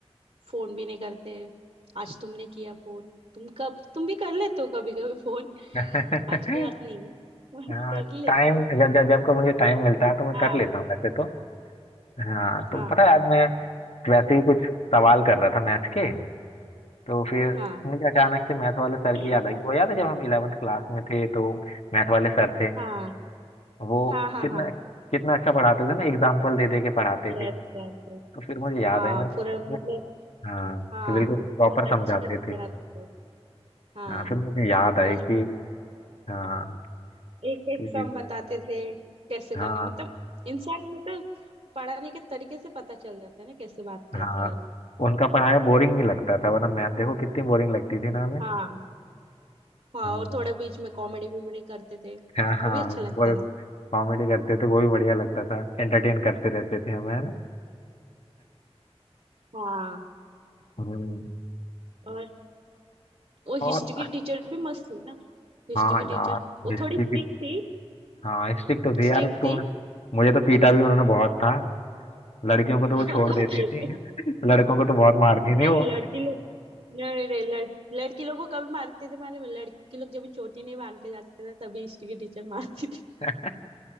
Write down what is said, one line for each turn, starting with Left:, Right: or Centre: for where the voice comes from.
Right: फोन भी नहीं करते आज तुमने किया फोन तुम कब तुम भी कर लेते हो कभी कभी फोन
Left: <laughs>
Right: आज की बात नहीं <laughs> है, फोन
Left: हाँ
Right: कर लेते
Left: टाइम
Right: हो
Left: जब जब जब को मुझे टाइम मिलता है तो मैं
Right: हाँ
Left: कर लेता हूँ वैसे तो हाँ
Right: हाँ
Left: तो पता है आज मैं वैसे ही कुछ सवाल कर रहा था मैथ के तो फिर
Right: हाँ
Left: मुझे अचानक से मैथ वाले सर
Right: <clears throat>
Left: की याद आई वो याद है जब हम इलेवेंथ क्लास में थे तो मैथ वाले सर थे
Right: हाँ
Left: वो
Right: हाँ हाँ
Left: कितना
Right: हाँ
Left: कितना अच्छा पढ़ाते थे ना एग्जाम्पल दे दे के पढ़ाते
Right: Yes
Left: थे
Right: yes
Left: तो फिर मुझे याद
Right: हाँ
Left: आई मैंने कहा
Right: पूरा
Left: "अरे
Right: मतलब
Left: वो- हाँ
Right: हाँ
Left: कि बिल्कुल प्रॉपर
Right: बहुत
Left: समझाते
Right: अच्छे से पढ़ाते
Left: थे
Right: हो हाँ
Left: हाँ फिर मुझे याद आई
Right: मस्त
Left: कि हाँ
Right: एक एक
Left: कि
Right: सम बताते थे कैसे करने
Left: हाँ
Right: मतलब इंसान मतलब पढ़ाने के तरीके से पता चल जाता है ना कैसे बात करते
Left: हाँ
Right: हैं
Left: उनका पढ़ाया बोरिंग नहीं लगता था वरना मैथ देखो कितनी बोरिंग लगती थी ना हमें
Right: हाँ हाँ
Left: हम्म
Right: और थोड़े बीच में कॉमेडी भी भी करते थे वो
Left: हाँ हाँ
Right: भी अच्छा लगता
Left: वो
Right: था
Left: कॉमेडी करते थे वो भी बढ़िया लगता था एंटरटेन करते रहते थे हमें है ना
Right: हाँ
Left: हम्म
Right: और वो
Left: और
Right: हिस्ट्री की टीचर भी मस्त थी ना हिस्ट्री
Left: हाँ
Right: की
Left: यार
Right: टीचर वो
Left: हिस्ट्री
Right: थोड़ी
Left: की
Right: स्ट्रिक्ट थी
Left: हाँ हिस्ट्री तो थी
Right: स्ट्रिक्ट
Left: यार तुम्हें
Right: थी
Left: तो मुझे तो पीटा भी उन्होंने बहुत था लड़कियों को
Right: <laughs>
Left: तो वो छोड़ देती थी <laughs> लड़कों को तो बहुत मारती
Right: नहीं
Left: थी वो
Right: लड़की लोग नहीं नहीं लड़, लड़की लोगों को कभी मारते थे मालूम है? लड़की लोग जब भी चोटी नहीं बांध के जाते थे तभी हिस्ट्री की टीचर मारती
Left: <laughs>